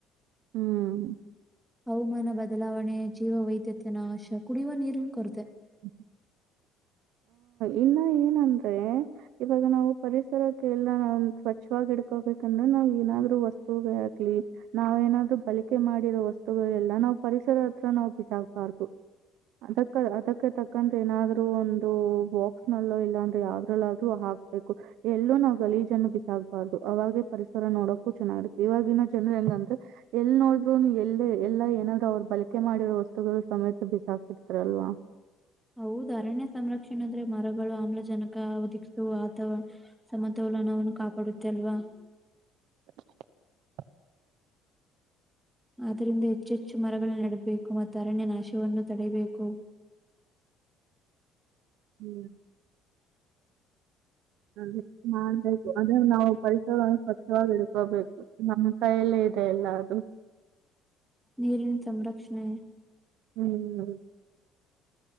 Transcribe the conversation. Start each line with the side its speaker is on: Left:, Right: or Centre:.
Right: ಹ್ಮ್
Centre: ಹವಾಮಾನ ಬದಲಾವಣೆ ಜೀವ ವೈದ್ಯತೆ ನಾಶ ಕುಡಿಯುವ ನೀರಿನ ಕೊರತೆ
Right: ಹ್ಮ ಇನ್ನ ಏನಂದ್ರೆ ಇವಾಗ ನಾವು ಪರಿಸರಕ್ಕೆ ಎಲ್ಲ ನಾ ಸ್ವಚ್ವಾಗಿ ಇಡ್ಕೋಬೇಕಂದ್ರೆ ನಾವ್ ಏನಾದ್ರು ವಸ್ತು ಹಾಕ್ಲಿ ನಾವ ಏನಾದ್ರು ಬಳಿಕೆ ಮಾಡಿರೋ ವಸ್ತುಗಳೆಲ್ಲ ನಾ್ ಪರಿಸರ ಹತ್ರ ನಾವು ಬಿಸಾಾಗಬಾರ್ದು ಅದಕ್ಕ ಅದಕ್ಕೆ ತಕ್ಕಂತ ಏನಾದ್ೂ ಒ ದು ಬಾಕ್ಸ್ ನಲ್ಲೋ ಇಲ್ಲಾಂದ್ರೆ ಯಾವ್ದ್ರಲ್ಲಾದ್ರು ಹಾಕ್ಬೇಕು ಎಲ್ಲೂ ನಾವು ಗಲೀಜನ್ನು ಬಿಸಾಕ್ಬಾರ್ದು ಅವಾಗೆ ಪರಿಸರ ನೋಡಕ್ಕು ಚೆನ್ನಾಗಿತ್ತೆ ಇವಾಗಿನ ಜನರು ಹೆಂಗಂದ್ರೆ ಎಲ್ ನೋಡ್ರುನು ಎಲ್ಲ ಎಲ್ಲಾ ಏನಾದ್ರು ಅವ್ರು ಬಳಕೆ ಮಾಡಿರೋ ವಸ್ತುಗಳು ಸಮೇತ ಬಿಸಾಕ್ತಿರ್ತಾರಲ್ವಾ
Centre: ಹೌದ ಅರಣ್ಯ ಸಂರಕ್ಷಣ ಅಂದ್ರೆ ಮಾರಗ ಆಮ್ಲಜನಕದ ವಾತರಣ ಸಮತೋಲನವನ್ನು ಕಾಪಾಡ ತ್ತಲ್ವಾ
Right: <inaudible>
Centre: ಆದ್ದರಿಂದ ಹೆಚ್ಚೆಚ್ಚು ಮರಗಳನ್ನು ನಡಬೇಕು ಮತ್ತು ಅರಣ್ಯ ನಾಶವನ್ನು ತಡೆಯಬೇಕು
Right: ಹ್ಮ್ ಅ ಮಾಡ್ಬೇಕು ಅಂದ್ರೆ ನಾವು ಪರಿಸರವನ್ನು ಸ್ವಚ್ಛವಾಗಿ ಇಡ್ಕೋಬೇಕು ನಮ್ಮ ಕೈಯಲ್ಲೇ ಇದೆ ಎಲ್ಲ ಅದು
Centre: ನೀರಿನ ಸಂರಕ್ಷಣೆ
Right: ಹ್ಮ್